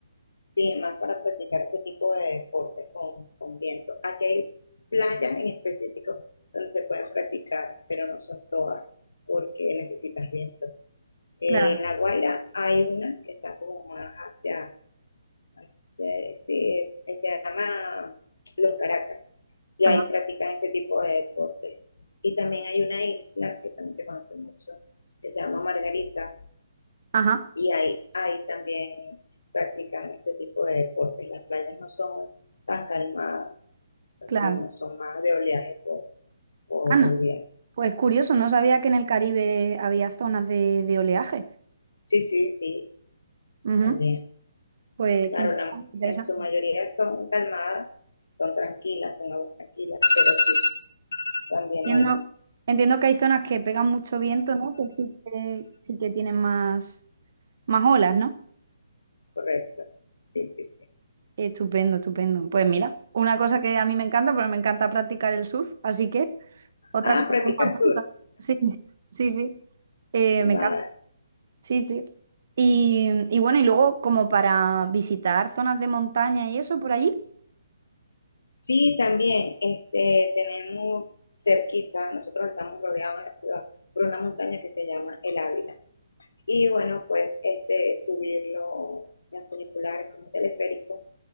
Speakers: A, on the left; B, on the right.
A: Sí, más para practicar ese tipo de deportes con, con viento. Aquí hay playas en específico donde se pueden practicar, pero no son todas porque necesitas viento. Eh,
B: Claro,
A: en La Guaira hay una que está como más hacia, hacia- sí, que se llama Los Caracas, y
B: ajá,
A: ahí practican ese tipo de deportes. Y también hay una isla que también se conoce mucho, que se llama Margarita,
B: ajá,
A: y ahí, ahí también practican este tipo de deportes. Las playas no son tan calmadas,
B: claro.
A: sino son más de oleaje por, por
B: Ana,
A: el viento.
B: pues curioso, no sabía que en el Caribe había zonas de, de oleaje.
A: Sí, sí, sí,
B: Ujú,
A: también.
B: Pues
A: Claro,
B: qué
A: la,
B: interesante.
A: en su mayoría son calmadas, son tranquilas, son aguas tranquilas, pero sí, también
B: Entiendo,
A: hay,
B: entiendo que hay zonas que pegan mucho viento, ¿no? Que sí que, sí que tienen más, más olas, ¿no?
A: correcto. Sí, sí, sí.
B: Estupendo, estupendo. Pues mira, una cosa que a mí me encanta, porque me encanta practicar el surf, así que otra
A: Ah,
B: cosa
A: practica
B: que me apunta.
A: sur.
B: Sí, sí, sí. Eh, me
A: Va.
B: encanta. Sí, sí. Y, y bueno, y luego como para visitar zonas de montaña y eso por allí,
A: Sí, también, este, tenemos cerquita, nosotros estamos rodeados en la ciudad por una montaña que se llama El Ávila. y bueno, pues este, subirlo en funiculares como teleférico